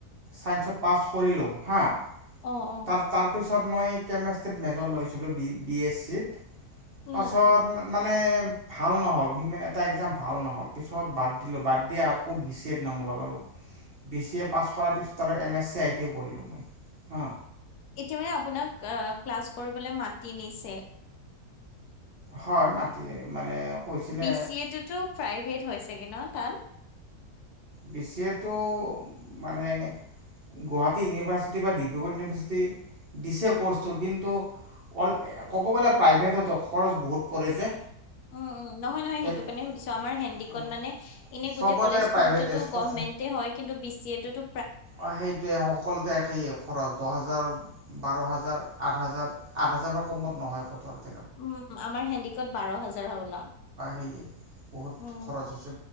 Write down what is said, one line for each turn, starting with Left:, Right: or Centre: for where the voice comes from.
Right: ছাইন্সত পাছ কৰিলো হা,
Left: অ অ
Right: ত তাৰ পিছ পছত মই কেমেষ্ট্ৰিত মেজৰ লৈছিলো, বি বি এছ চিত।
Left: উম
Right: পাছত মানে ভাল নহিল এটা ভাল নহ পিছত বাদ দিলো বাদ দি আকৌ বি চি এ নাম লগো বি চি এ পাছ কৰ পিছ আৰু এ মে চি লো হা
Left: এতিয়া মানে আপোনাক ক্লাছ কৰিবলৈ মাতি নিছে
Right: হয় মাটি মানে কৈছিলে
Left: বি চি এ তোতো প্ৰাইভেট হয় চগে ন তাত?
Right: বি চি এ টো মানে গুৱাহাটী ইউনিভাৰ্চিটি বা ডিব্ৰুগড় ইউনিভাৰ্চিটি দিছে ক'ৰ্চটো, কিন্তু অ' ক'ব গ'লে প্ৰাইভেটতো খৰচ বহুত পৰে যে।
Left: উম, উম নহয়, নহয় সেইটো
Right: এনে
Left: কাৰণে
Right: অ
Left: সুধিছো। আমাৰ হেণ্ডিকত মানে এনে
Right: চবতে
Left: গোটেই কলেজখনত
Right: প্ৰাইভেটে
Left: টো
Right: সক
Left: গভমেন্টে হয়, কিন্তু বি চি এ টো
Right: অ, সেইটোয়ে সকলোতে একেইে খৰচ দহ হাজাৰ বাৰ হাজাৰ, আঠ হাজাৰ, আঠ হাজাৰৰ কমত নহয় প্ৰথম।
Left: উম আমাৰ হেণ্ডিকত বাৰ হাজাৰ হ'বলা।
Right: সেয়ে বহুত
Left: উম
Right: খৰচ হৈছে